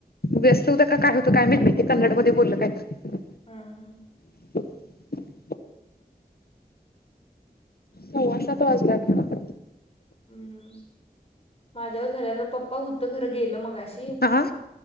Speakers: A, on the left; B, on the left.
A: व्यस्त होत का काय होतं काय माहित बाई ते कन्नड मध्ये बोललं काय तर.
B: हा हा.
A: <inaudible> हो सव्वा
B: आताच
A: सात वाजल्यात.
B: करू हम्म माझ्यावर झाल्या तर पप्पा होत खरं गेलं मगाशी.
A: आ